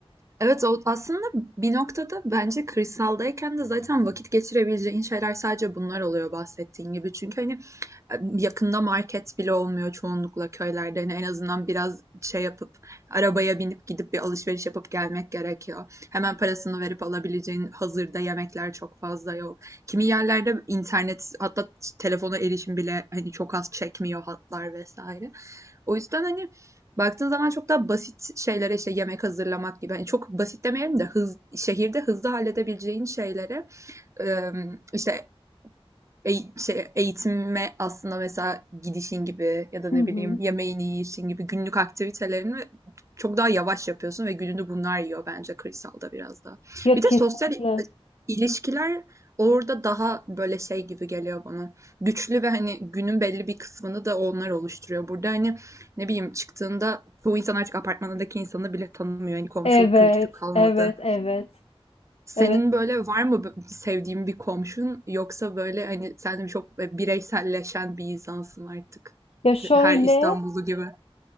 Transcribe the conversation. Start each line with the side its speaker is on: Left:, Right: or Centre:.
Right: Evet, o aslında bir noktada bence kırsaldayken de zaten vakit geçirebileceğin şeyler sadece bunlar oluyor bahsettiğin gibi. Çünkü hani e, yakında market bile olmuyor çoğunlukla köylerde. Hani en azından biraz şey yapıp arabaya binip gidip bir alışveriş yapıp gelmek gerekiyor. Hemen parasını verip alabileceğin hazırda yemekler çok fazla yok. Kimi yerlerde internet hatta telefona erişim bile hani çok az çekmiyor hatlar vesaire. O yüzden hani baktığın zaman çok daha basit şeylere işte yemek hazırlamak gibi. Hani çok basit demeyelim de hız, şehirde hızlı halledebileceğin şeylere e, işte eği- şey, eğitime aslında mesela gidişin gibi ya da ne
Left: Hı hı.
Right: bileyim yemeğini yiyişin gibi günlük aktivitelerini çok daha yavaş yapıyorsun ve gününü bunlar yiyor bence kırsalda biraz daha.
Left: Ya
Right: Bir
Left: kesinlikle.
Right: de sosyal e, ilişkiler orada daha böyle şey gibi geliyor bana. Güçlü ve hani günün belli bir kısmını da onlar oluşturuyor. Burada hani ne bileyim çıktığında bu insan artık apartmandaki insanı bile tanımıyor. Hani komşuluk
Left: Evet,
Right: kültürü kalmadı.
Left: evet, evet.
Right: Senin
Left: Evet.
Right: böyle var mı bö sevdiğin bir komşun yoksa böyle, hani, sen çok bireyselleşen bir insansın artık
Left: Ya şöyle
Right: her İstanbullu gibi?